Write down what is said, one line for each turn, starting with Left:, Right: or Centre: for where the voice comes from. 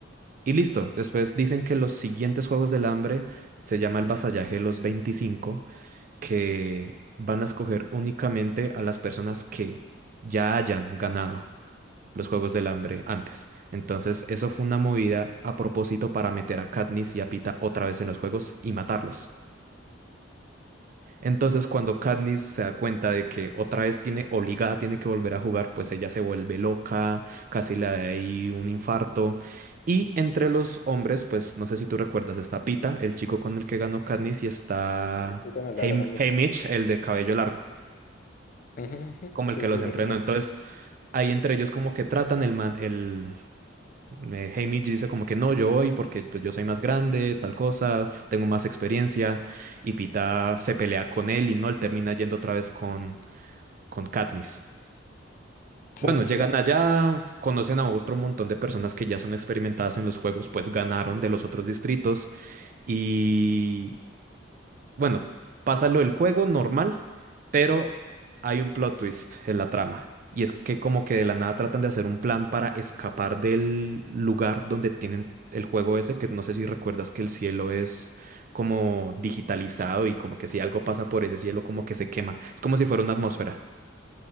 Right: Y listo, después dicen que los siguientes Juegos del Hambre se llama el Vasallaje de los veinticinco, que van a escoger únicamente a las personas que ya hayan ganado los Juegos del Hambre antes. Entonces, eso fue una movida a propósito para meter a Katniss y a Pita otra vez en los juegos y matarlos. Entonces, cuando Katniss se da cuenta de que otra vez tiene obligada, tiene que volver a jugar, pues ella se vuelve loca, casi le da ahí un infarto. Y entre los hombres, pues no sé si tú recuerdas, está Pita, el chico con el que ganó Katniss, y está
Left: Eh, Pícame Lara,
Right: Haymitch,
Left: algo así.
Right: Haymitch, el de cabello largo,
Left: Ujú, ujú.
Right: como
Left: Sí,
Right: el que los
Left: sí, lo
Right: entrenó.
Left: recuerdo.
Right: Entonces, ahí entre ellos como que tratan el man, el eh, Haymitch dice como que no, yo voy porque pues yo soy más grande, tal cosa, tengo más experiencia. Y Pita se pelea con él y no, él termina yendo otra vez con con Katniss.
Left: Sí,
Right: Bueno,
Left: sí,
Right: llegan
Left: sí.
Right: allá, conocen a otro montón de personas que ya son experimentadas en los juegos, pues ganaron de los otros distritos y bueno, pasa lo del juego normal, pero hay un plot twist en la trama. Y es que como que de la nada tratan de hacer un plan para escapar del lugar donde tienen el juego ese, que no sé si recuerdas que el cielo es como digitalizado y como que si algo pasa por ese cielo como que se quema. Es como si fuera una atmósfera.